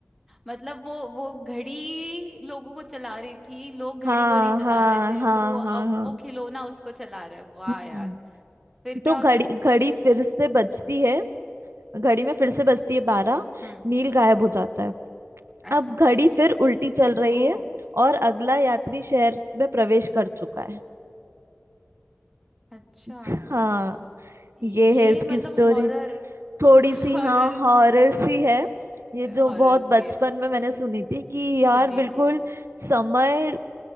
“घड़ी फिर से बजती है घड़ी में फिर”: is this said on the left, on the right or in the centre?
Right